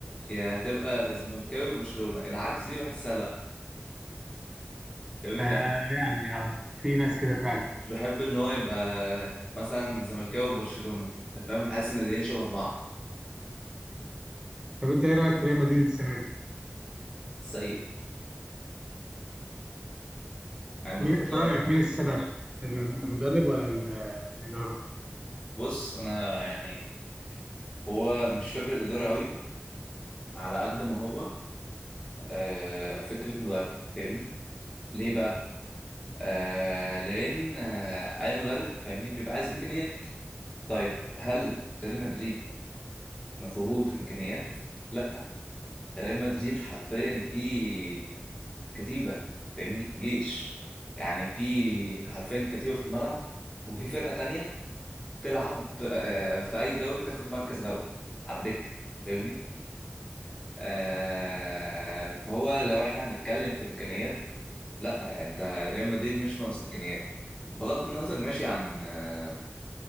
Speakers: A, on the left (about 20°); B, on the right (about 20°).
A: يا تبقى زملكاوي وبرشلونة العكس دي بحسها لا فاهمني؟
B: آه
A: يعني
B: يعني اه في ناس كده فعلا
A: مش بحب ان هو يبقى مثلا زملكاوي وبرشلونة انت فاهم بحس ان الاتنين شبه بعض
B: طب انت ايه رايك في ريال مدريد السنه دي؟
A: سيء يعني باختصار
B: مين في رايك مين السبب؟ المدرب ولا ال- الاداره؟
A: بص انا يعني هو مش فكرة ادارة قوي على قد ما هو آه فكرة مدرب فاهمني ليه بقى آه لان آه اي مدرب فاهمني بيبقى عايز امكانيات طيب هل ريال مدريد ما فيهوش امكانيات لا ريال مدريد حرفيا فيه كتيبه فاهمني جيش يعني في حرفيا كتيبه في الملعب وفي فرقه تانية تلعب آه في اي دوري تاخد مركز غلبة على الدكه فاهمني آه فهو لو احنا هنتكلم في امكانيات لا انت ريال مدريد مش ناقص امكانيات بغض النظر ماشي عن آه،